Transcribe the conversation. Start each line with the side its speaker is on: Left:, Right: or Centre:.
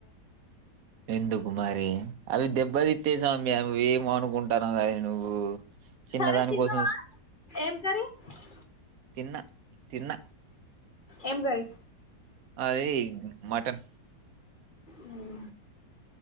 Right: విందు కుమారి అవి దెబ్బ తీస్తాయి స్వామీ అవి మన ఉంటునకదే కానీ నువ్వు చిన్నదాని
Left: సరే తిన్నావా
Right: కోసం
Left: ఏం కరి అ <inaudible>
Right: తిన్న తిన్న
Left: ఏం కర్రి
Right: మాది మటన్
Left: మ్మ్